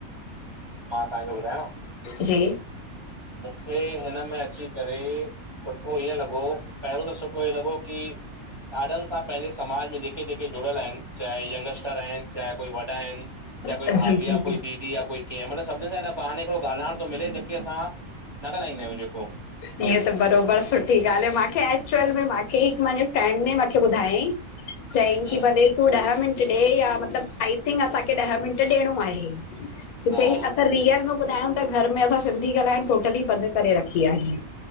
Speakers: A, on the right; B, on the left.
A: मां तव्हांखे ॿुधायो।
B: जी।
A: मूंखे हिन में अची करे सुठो ईअं लॻो, पहिरियों त सुठो हीअं लॻो की ॾाॾनि सां पंहिंजे समाज में जेके-जेके जुड़ियल आहिनि चाहे यंगस्टर आहिनि चाहे कोई वॾा आहिनि चाहे
B: जी
A: कोई भाभी
B: जी
A: आहे या
B: जी
A: कोई दीदी या कोई कीअं मतिलबु सभिनी सां हिकॾे ॿाहने ॻाल्हाइण थो मिले जेके असां न ॻाल्हाईंदा आहियो जेको।
B: हीअ त बराबरि सुठी ॻाल्हि आहे। मूंखे एक्चुअल में मूंखे हिकु मुंहिंजे फेंर्ड ने मूंखे ॿुधायई चयईं
A: हूं
B: की भले तूं ॾह मिंट ॾे या मतिलबु आई थिंक असांखे ॾह मिंट ॾियणो आहे। त
A: हा
B: चईं असां रियल में ॿुधायूं त घर में असां सिंधी ॻाल्हाइणु टोटली बंदि करे रखी आहे।